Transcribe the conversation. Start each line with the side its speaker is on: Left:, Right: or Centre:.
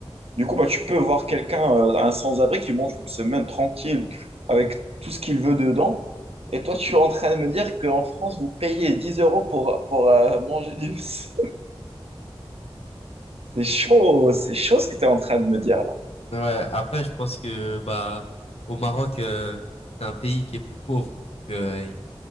Right: Du coup, bah, tu peux voir quelqu'un, euh, un sans-abri, qui mange une semaine tranquille, avec tout ce qu'il veut dedans. Et toi, tu es en train de me dire qu'en France, vous payez 10 euros pour, pour euh, manger du... <laughs> Msemen. C'est chaud, c'est chaud ce que tu es en train de me dire, là.
Left: Ouais, après, je pense que bah au Maroc, euh, c'est un pays qui est plus pauvre. Donc, euh,